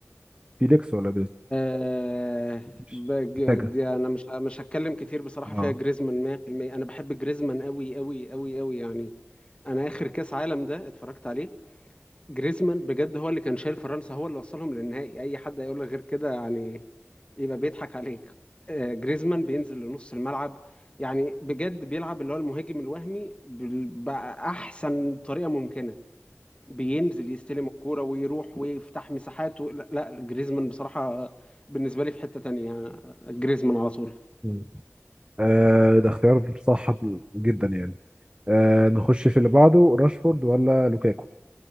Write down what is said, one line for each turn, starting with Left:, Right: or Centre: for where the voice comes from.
Right: فيليكس ولا جريزمان
Left: أه...
Right: مش
Left: بج...
Right: محتاجه
Left: دي انا مش مش هتكلم كتير بصراحه
Right: اه
Left: فيها جريزمان 100% انا بحب جريزمان قوي قوي قوي قوي يعني انا اخر كاس عالم ده اتفرجت عليه جريزمان بجد هو اللي كان شايل فرنسا هو اللي وصلهم للنهائي اي حد هيقول لك غير كده يعني يبقى بيضحك عليك آه، جريزمان بينزل لنص الملعب يعني بجد بيلعب اللي هو المهاجم الوهمي بال- بأحسن طريقة ممكنة بينزل يستلم الكورة ويروح ويفتح مساحات و... لا, لا جريزمان بصراحة بالنسبة لي في حتة تانية جريزمان على طول
Right: امم آه ده اختيار صح جدا يعني آه نخش في اللي بعده راشفورد ولا لوكاكو